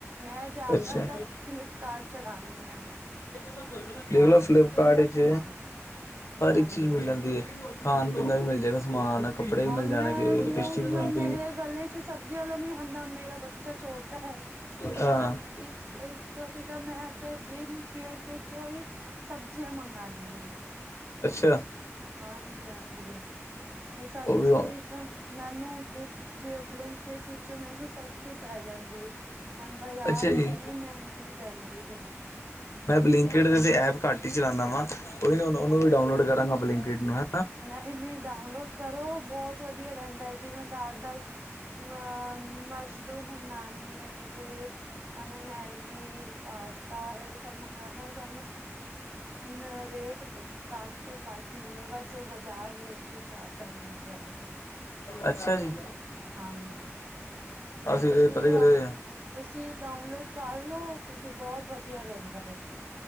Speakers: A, on the right; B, on the left.
A: ਮੈਂ ਜ਼ਿਆਦਾਤਰ
B: ਅੱਛਾ,
A: ਫਲਿਪ ਕਾਰ ਚਲਾਉਣੀ ਆ।
B: ਦੇਖ ਲੋ ਫਲਿੱਪਕਾਰਡ
A: ਦਾ
B: ਇੱਚ
A: ਸਮਾਨ
B: ਹਰ ਇੱਕ
A: ਹਾਂਜੀ
B: ਚੀਜ਼ ਮਿਲ
A: ਹਾਂ
B: ਜਾਂਦੀ ਏ। ਖਾਣ ਪੀਣ ਦਾ ਵੀ ਮਿਲ ਜਾਏਗਾ ਸਮਾਨ। ਕੱਪੜੇ ਵੀ
A: ਹਣ
B: ਮਿਲ ਜਾਣਗੇ
A: ਮੈਂ ਹਣ
B: ਲਿਪਸਟਿਕ ਵੀ ਮਿਲਦੀ
A: ਮੇਰੇ ਗਲੀ ਚ ਸਬਜ਼ੀ ਵਾਲਾ ਨਹੀਂ ਆਉਦਾ ਮੇਰਾ ਬੱਚਾ ਛੋਟਾ ਹੈ। ਮੈਂ
B: ਹਾਂ
A: ਆਤ ਇੱਕ ਇਸ ਤੋਂ ਕ ਮੈਂ ਤੇ ਬਲਿੰਕਿਤ ਚੋਂ ਹੀ ਸਬਜ਼ੀਆਂ ਮੰਗਵਾਉਂਦੀ ਹਾਂ।
B: ਅੱਛਾ।
A: ਹਾਂਜੀ ਹਾਂਜੀ, ਤੇ ਸਬਜ਼ੀ
B: ਉਹ ਵੀ
A: ਤਾਂ ਮੈਨੂੰ ਫਲਿਪ ਜਿਵੇਂ ਬਲਿੰਕਟ ਵਿੱਚੋਂ ਮੈਨੂੰ ਸਸਤੀ ਪੈ ਜਾਂਦੀ ਐ। ਹੁਣ ਬਾਜ਼ਾਰ
B: ਅੱਛਾ ਜੀ
A: ਇੱਚ ਇੰਨੀ ਮੇਹੰਗੀ ਪੈਂਦੀ ਏ।
B: ਮੈਂ ਬਲਿੰਕੀਟ ਦੀ ਤੇ ਐਪ ਘਾਟ ਹੀ ਚਲਾਣਾ ਵਾ, ਕੋਈ ਨਾ ਓਹਨੂੰ-ਉਹਨੂੰ ਵੀ ਡਾਊਨਲੋਡ ਕਰਾਂਗਾ ਬਲਿੰਕਕੀਟ ਨੂੰ ਹੈ।
A: ਨਈ ਨਈ, ਡਾਊਨਲੋਡ ਕਰੋ ਬਹੁਤ ਵਧੀਆ ਰਹਿੰਦਾ ਜਿਵੇਂ ਘਰ ਦਾ। ਅ ਮਸ਼ਰੂਮ ਮੰਗਉਣੀ ਹੈ ਜਿਵੇਂ। ਤੁਹਾਨੂੰ ਮੈਗੀ ਪਾਸਤਾ ਇਹ ਸਭ ਮੰਗਵਾਉਣਾ ਹੈ ਤੁਹਾਨੂੰ <unintelligible> ਘੱਟ ਤੋਂ ਘੱਟ ਮਿਲੇਗਾ ਜੋ ਬਾਜ਼ਾਰ ਰੇਟ ਤੋਂ ਜ਼ਿਆਦਾ ਮਿਲ ਰਿਆ ਹੁੰਦਾ।
B: ਅੱਛਾ ਜੀ।
A: ਹਾਂਜੀ।
B: ਅਸੀਂ
A: ਤੁਸੀਂ
B: ਤੇ ਕਦੇ ਕਦੇ,
A: ਔਰ ਤੁਸੀਂ ਡਾਊਨਲੋਡ ਕਰਲੋ ਤੁਸੀਂ ਬਹੁਤ ਵਧੀਆ ਰਹਿੰਦਾ ਓ।